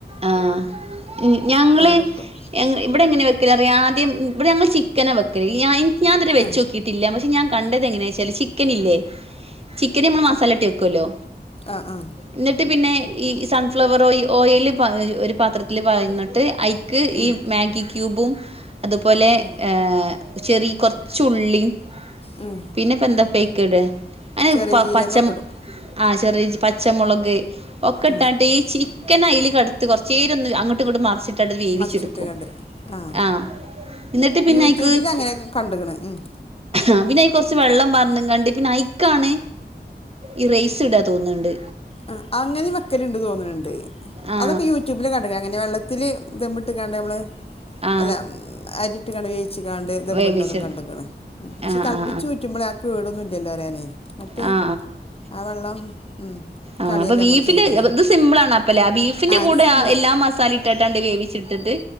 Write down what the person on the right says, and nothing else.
ആഹ് ഇ ഞങ്ങള്
ഞങ് ഇവടെങ്ങനെ വെക്കലറ്യോ ആദ്യം ബടെ ഞമ്മള് ചി ക്കനാ വെക്കല് ഞാ ഇൻ ഞാതരെ വെച്ചോക്കീട്ടില്ല
പക്ഷെ ഞാകണ്ട തെങ്ങനെച്ചാല് ചിക്കനില്ലേ ചിക്കനമ്മൾ മസാലട്ട് വെക്കോല്ലോ?
ന്നട്ട് പിന്നെ ഈ സൺഫ്ലവർ ഓയി ഓയല് എഹ് ഒര് പാത്രത്തില് പാർന്നിട്ട് അയ് ക്ക്
ഈ മാഗിക്യൂബും അതുപോലെ
ഏഹ് ചെറീ കൊർച്ചുള്ളീം
പിന്നെപ്പന്താപ്പയ്ക്ക്‌ട അയ്ന്
പ
പച്ച
ആ ചെറിയജി പച്ചമുളക് ഒക്കെ ഇട്ടാണ്ട്
ഈ ചിക്കനയയ്ല് കേട്ത്തി കുറചേരോന്ന് അങ്ങോട്ടുങ്ങട്ടൊന്ന് മറിച്ച്ട്ടാണ്ട് ട്ടട് വേവിച്ചെട്ക്കും
ആഹ്, ഇന്നട്ട് പിന്നയ്ക്ക്‌
കു
ആഹ് പിന്നെയ്കോർച്ച് വെള്ളം പാർന്ന്കാണ്ട് പിന്നെ ഐക്കാണ് ഈ റൈസ്ടാ തോന്ന്ണ്ട്,
ആ
ആ
വേവിച്ച്
ആ
ആ
ആ ആ
ആഹ്
പ്പബീഫില്
ഇത് സിമ്പളാണപ്പലെ ആ ബീഫിന്റെ കൂടെ
എല്ലാമസാലിട്ടട്ടാണ്ട് വേവിച്ചിട്ത്ത്ട്ട്